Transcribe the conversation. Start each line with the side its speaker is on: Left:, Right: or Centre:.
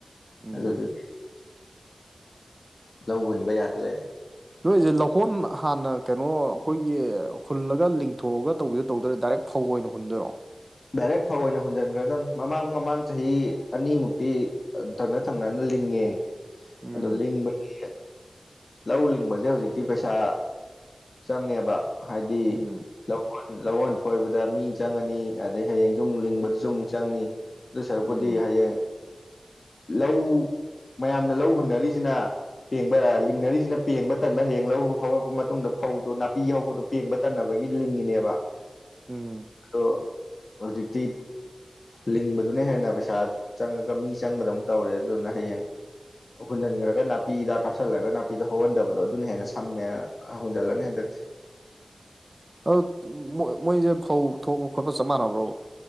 Right: ꯎꯝ
Left: ꯑꯦꯁꯨ ꯊ ꯂꯧ ꯍꯨꯟꯕ ꯌꯥꯗ ꯂꯩꯔꯦ
Right: ꯅꯣꯏꯁꯦ ꯂꯧꯈꯣꯟ ꯍꯥꯟꯅ ꯀꯩꯅꯣ ꯑꯩꯈꯣꯏ ꯑꯩꯒꯤ ꯍꯨꯜꯂꯒ ꯂꯤꯡꯊꯣꯛꯑꯒ ꯇꯧꯕꯤꯗꯣ ꯇꯧꯗꯣꯏꯔꯦ ꯗꯥꯏꯔꯦꯛ ꯐꯧ ꯑꯣꯏꯅ ꯍꯨꯟꯗꯣꯏꯔꯣ
Left: ꯗꯥꯏꯔꯦꯛ ꯐꯧ ꯑꯣꯏꯅ ꯍꯨꯟꯖꯤꯟꯈ꯭ꯔꯗꯝꯕꯅꯤ ꯃꯃꯥꯡ ꯃꯃꯥꯡ ꯆꯍꯤ ꯑꯅꯤꯃꯨꯛꯇꯤ ꯊꯪꯅ ꯊꯪꯅꯅ ꯂꯤꯡꯉꯦ
Right: ꯎꯝ
Left: ꯑꯗꯣ ꯂꯤꯡꯕꯁꯦ ꯂꯧ ꯂꯤꯡꯕꯁꯦ ꯍꯧꯖꯤꯛꯇꯤ ꯄꯩꯁꯥ ꯆꯪꯉꯦꯕ ꯍꯥꯏꯗꯤ
Right: ꯎꯝ
Left: ꯂꯧꯣꯟ ꯂꯧꯍꯣꯟ ꯐꯣꯏꯕꯗ ꯃꯤ ꯆꯪꯉꯅꯤ ꯑꯗꯩ ꯍꯌꯦꯡꯁꯨ ꯑꯃꯨꯛ ꯂꯤꯡꯕꯗꯁꯨ ꯑꯃꯨꯛ ꯆꯪꯅꯤ ꯂꯣꯏꯁꯔꯨꯛꯄꯗꯤ
Right: ꯎꯝ
Left: ꯍꯌꯦꯡ ꯂꯧ ꯃꯌꯥꯝꯅ ꯂꯧ ꯍꯨꯟꯅꯔꯤꯁꯤꯅ ꯄꯦꯡꯕ ꯂꯤꯡꯅꯔꯤꯁꯤꯅ ꯄꯦꯡꯕ ꯇꯟꯕ ꯍꯦꯡ ꯍꯧꯔꯛꯄ ꯃꯇꯨꯡꯗ ꯐꯧꯗꯣ ꯅꯥꯄꯤ ꯍꯧꯕꯗꯣ ꯄꯦꯡꯕ ꯇꯟꯅꯕꯒꯤ ꯂꯤꯡꯉꯅꯦꯕ
Right: ꯎꯝ
Left: ꯑꯗꯣ ꯍꯧꯖꯤꯛꯇꯤ ꯂꯤꯡꯕꯗꯨꯅ ꯍꯦꯟꯅ ꯄꯩꯁꯥ ꯆꯪꯉꯒ ꯃꯤ ꯆꯪꯕꯗ ꯑꯃꯨꯛ ꯇꯧꯔꯦ ꯑꯗꯨꯗꯨꯅ ꯍꯌꯦꯡ ꯍꯨꯟꯖꯟꯈ꯭ꯔꯒ ꯅꯥꯄꯤꯗ ꯀꯥꯞꯁꯤꯜꯂꯒ ꯅꯥꯄꯤꯗꯣ ꯍꯧꯍꯟꯗꯕꯗꯣ ꯑꯗꯨꯅ ꯍꯦꯟꯅ ꯁꯝꯃꯦꯅ ꯍꯨꯟꯖꯜꯂꯒ ꯍꯟꯗꯛ
Right: ꯑ ꯃꯣꯏꯁꯦ ꯐꯧ ꯊꯣꯛꯄ ꯈꯣꯠꯄ ꯆꯞ ꯃꯥꯟꯅꯕ꯭ꯔꯣ